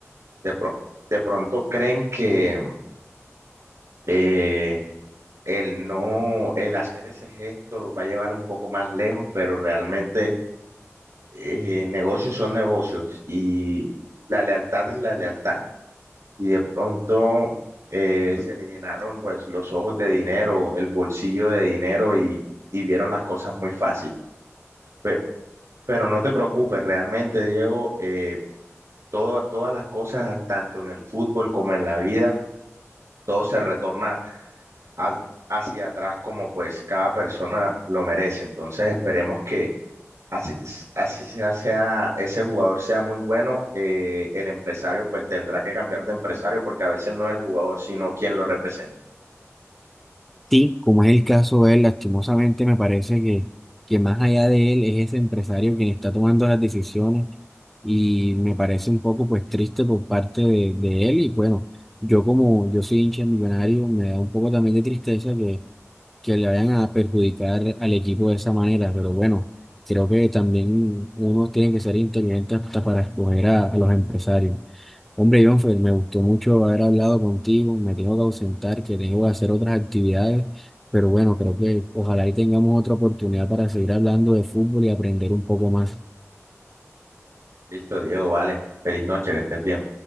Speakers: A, on the right (about 75°); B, in the centre.
A: De, pro- de pronto creen que eh, el no, el hacer ese gesto los va a llevar un poco más lejos, pero realmente eh, negocios son negocios y la lealtad es la lealtad. Y de pronto eh, se le llenaron pues los ojos de dinero, el bolsillo de dinero y, y vieron las cosas muy fácil. Pero, pero no te preocupes, realmente, Diego, eh, todas, todas las cosas, tanto en el fútbol como en la vida, todo se retorna a- hacia atrás como pues cada persona lo merece. Entonces esperemos que así, así sea, sea, ese jugador sea muy bueno, eh, el empresario pues tendrá que cambiar de empresario porque a veces no es el jugador, sino quien lo representa.
B: Sí, como es el caso de él, lastimosamente me parece que, que más allá de él es ese empresario quien está tomando las decisiones y me parece un poco pues triste por parte de, de él y bueno, yo como yo soy hincha millonario me da un poco también de tristeza que, que le vayan a perjudicar al equipo de esa manera, pero bueno, creo que también uno tiene que ser inteligente hasta para escoger a, a los empresarios. Hombre, Jonfer, me gustó mucho haber hablado contigo. Me tengo que ausentar, que tengo que hacer otras actividades, pero bueno, creo que ojalá y tengamos otra oportunidad para seguir hablando de fútbol y aprender un poco más.
A: Listo, Diego, vale. Feliz noche, que estés bien.